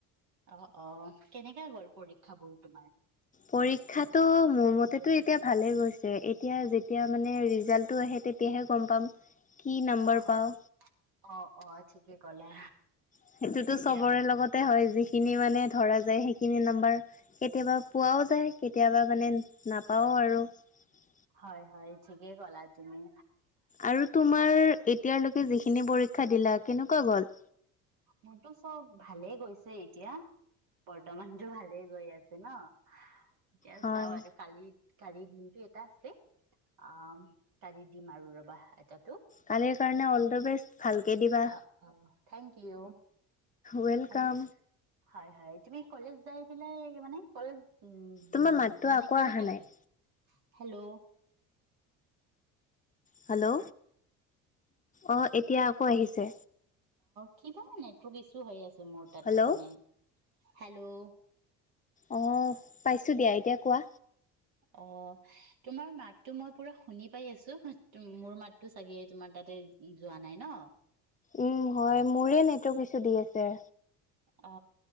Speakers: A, on the right; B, on the left.
A: অ অ কেনেকে গ'ল পৰীক্ষাবোৰ তোমাৰ
B: পৰীক্ষাটো মোৰ মতেতো এতিয়া ভালে হৈছে। এতিয়া যেতিয়া মানে ৰিজাল্টটো আহে তেতিয়াহে গম পাম <unintelligible> নাম্বাৰ
A: হয়,
B: পাওঁ
A: অ অ ঠিকে কলা
B: সেইটোতো
A: এতিয়া
B: চবৰে লগতে হয় যিখিনি মানে ধৰা যায় হেইখিনি নম্বৰ কেতিয়াবা পোৱা যায় কেতিয়াবা মানে নাপাওঁ আৰু <unintelligible>
A: হয় হয় ঠিকেই ক'লা তুমি
B: আৰু তোমাৰ এতিয়ালকে ত কি যিখিনি পৰীক্ষা দিলা কেনেকুৱা গ'ল
A: মোৰতো চব ভালেই গৈছে এতিয়া বৰ্তমানতটো ভালেই গৈ আছে ন এতিয়া
B: হয়,
A: চাও আৰু কালি কালি এটা আছে অ কাজি দিম আৰু ৰবা এটা
B: কালিৰ কাৰণে অল দা বেষ্ট ভালকে দিবা
A: অ অ থেংক ইউ
B: ৱেলকাম।
A: আৰু হয় হয় তুমি কলেজ যাই পেলাই মানে কলেজ উম
B: তোমাৰ মাতটো
A: মানে
B: আকৌ
A: কেনেকা
B: অহা
A: লাগে
B: নাই
A: হেল্ল'
B: হেল্ল' অঁ এতিয়া আকৌ আহিছে।
A: কিব নে? কিছু হৈ আছে মোৰ তাতে
B: হেল্ল'।
A: মানে হেল্ল'।
B: অ পাইছোঁ দিয়া এতিয়া কোৱা
A: অ তোমাৰ মাতটোো মই পুৰা শুনি পাই আছো মোৰ মাতটো চাগে তোমাৰ তাতে যোৱা নাই ন।
B: উম হয় মোৰে নেটো কিছু দি আছে।
A: অ